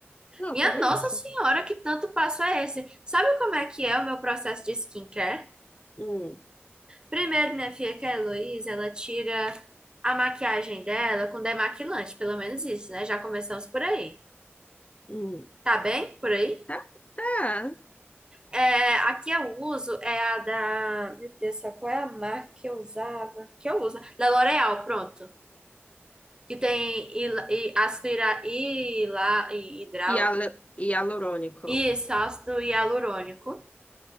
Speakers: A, on the left (about 30°); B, on the right (about 20°).
A: Pronto,
B: Minha
A: era
B: Nossa
A: isso.
B: Senhora, que tanto passo é esse? Sabe como é que é o meu processo de skincare?
A: Hum,
B: Primeiro, minha filha, que é a Heloísa, ela tira a maquiagem dela com demaquilante, pelo menos isso, né? Já começamos por aí.
A: hum.
B: Tá bem? Por aí?
A: Tá, tá.
B: É, aqui que eu uso é a da. Meu Deus, do céu, qual é a marca que eu usava? Que eu uso? né? Da L'Oreal, pronto. Que tem hil- e ácido hira- hila- hi- hidral.
A: Hial- Hialurônico.
B: Isso, ácido hialurônico.